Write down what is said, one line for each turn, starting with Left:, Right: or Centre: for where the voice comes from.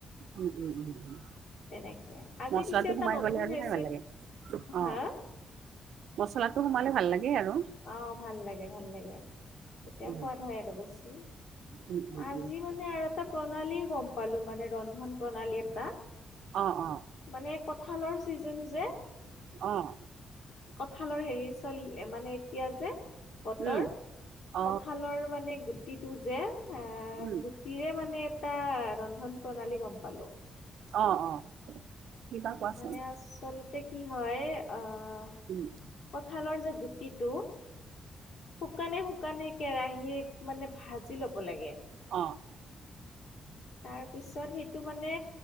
Right: উম', উম', উম', উম',
Left: তেনেকে আজি
Right: মছলাটো
Left: পিছে এটা
Right: সোমাই
Left: নতুন
Right: গ'লে আৰু
Left: ৰেচিপি
Right: খাই ভাল লাগে। অ',
Left: হা
Right: মছলাটো সোমালে ভাল লাগে আৰু',
Left: অ', ভাল লাগে, ভাল লাগে', তেতিয়া
Right: উম
Left: সোৱাদ হয় আৰু বেছি,
Right: উম উম
Left: আজি
Right: উম
Left: মানে আৰু এটা', প্ৰণালী গম পালোঁ মানে ৰন্ধন প্ৰণালী এটা',
Right: অ' অ'
Left: মানে কঁঠালৰ ছিজেন যে'
Right: অ'
Left: কঁঠালৰ হেৰি চলি, মানে এতিয়া যে' বতৰ,
Right: উম অ
Left: কঠালৰ মানে গুটিটো যে এ
Right: উম
Left: গুটিৰে মানে এটা ৰন্ধন প্ৰণালী গ'ম পালোঁ। শনন
Right: অ' অ'। কিবা কোৱাচোন
Left: মানে আচলতে কি হয় আহ'
Right: উম
Left: কঁঠালৰ যে গুটিটো শুকানে শুকানে কেৰাহীত মানে ভাজি ল'ব লাগে।
Right: অ'
Left: তাৰ পিছত সেইটো মানে